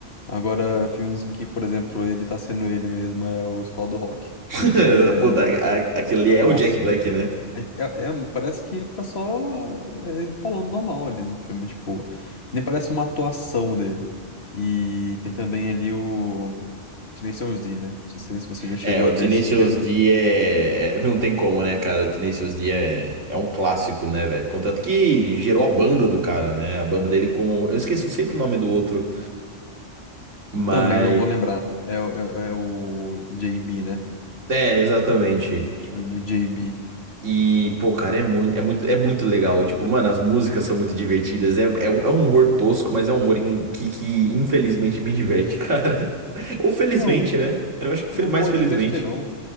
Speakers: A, on the left (about 55°); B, on the right (about 85°).
A: Agora, filmes em que, por exemplo, ele tá sendo ele mesmo é o Escola do Rock.
B: <laughs>
A: Aquele dali é
B: Pô, da- a-
A: o
B: aquele é
A: clássico.
B: o Jack Black, né?
A: É, é- é- parece que ele tá só é, falando normal ali no filme, tipo, nem parece uma atuação dele. E tem também ali o Tracy Z, né? Não sei se você já chegou
B: É, o
A: a
B: Tenacious
A: ver esse filme.
B: D é... é- Não tem como, né, cara? O Tenacious D é... é um clássico, né, velho? Contanto que gerou a banda do cara, né? A banda dele com... Eu esqueço sempre o nome do outro, mas...
A: Também não vou lembrar. É, o- é, é o JB, né?
B: É, exatamente.
A: Deixa eu de JB.
B: E, pô, cara, é muito, é muito, é muito legal. Tipo, mano, as músicas são muito divertidas. É, é um, é um humor tosco, mas é um humor em- que, que infelizmente me diverte, <laughs> cara. Ou felizmente,
A: Não,
B: né? Eu acho que fe-
A: eu
B: mais
A: morro
B: felizmente.
A: de besterol.